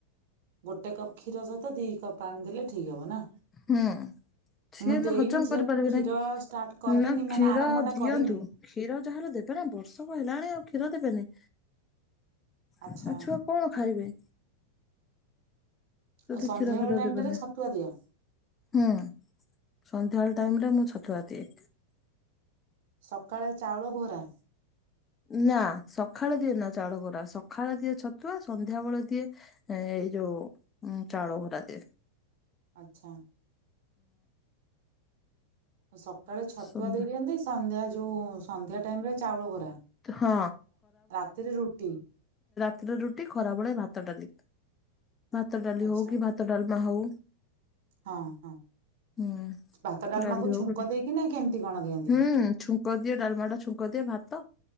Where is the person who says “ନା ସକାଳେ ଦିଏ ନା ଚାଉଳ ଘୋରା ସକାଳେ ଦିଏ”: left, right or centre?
Left